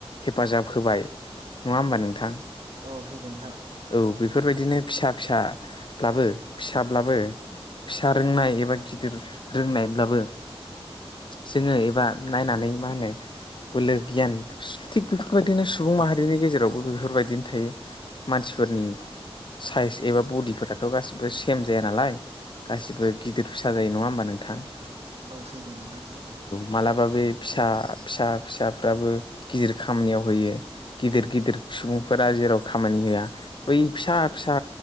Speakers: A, on the left (about 50°); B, on the right (about 80°).
A: हेफाजाब होबाय नङा होमबा नोंथां
B: औ होदों नोंथां
A: औ बेफोरबायदिनो फिसा फिसाब्लाबो फिसाब्लाबो फिसा रोंनाय एबा गिदिर रोंनायब्लाबो जोङो एबा नायनानै मा होनो बोलो गियान थिग बेफोरबायदिनो सुबुं माहारिनि गेजेरावबो बेफोरबायदिनो थायो मानसिफोरनि साइस एबा बडिफोराथ' गासिबो सेम जाया नालाय गासिबो गिदिर फिसा जायो नङा होमबा नोंथां
B: औ सैथो नोंथां सैथो
A: मालाबाबो फिसा फिसा फिसाफ्राबो गिदिर खामानियाव होयो गिदिर गिदिर सुबुंफोरा जेराव खामानि होआ बै फिसा फिसा